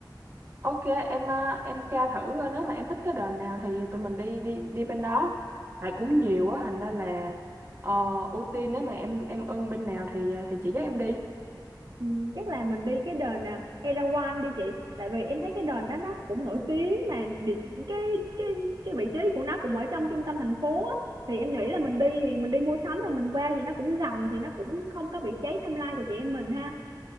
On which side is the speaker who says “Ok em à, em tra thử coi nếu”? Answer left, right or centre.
Right